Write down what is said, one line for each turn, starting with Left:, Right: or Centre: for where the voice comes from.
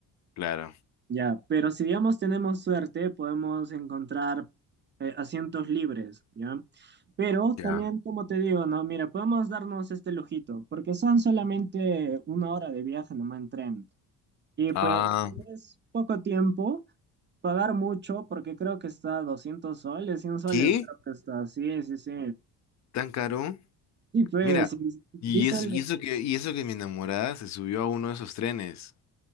Left: claro,
Right: Ya, pero si digamos tenemos suerte, podemos encontrar eh, asientos libres, ¿ya? Pero
Left: ya.
Right: también, como te digo, no, mira, podemos darnos este lujito, porque son solamente una hora de viaje nomás en tren. Y pues
Left: Ah,
Right: es poco tiempo, pagar mucho, porque creo que está a 200 soles, 100 soles,
Left: ¿qué?
Right: creo que está, sí, sí, sí.
Left: ¿Tan caro?
Right: Y pues,
Left: Mira,
Right: y
Left: y
Right: dice,
Left: eso, y eso que, y eso que mi enamorada se subió a uno de esos trenes.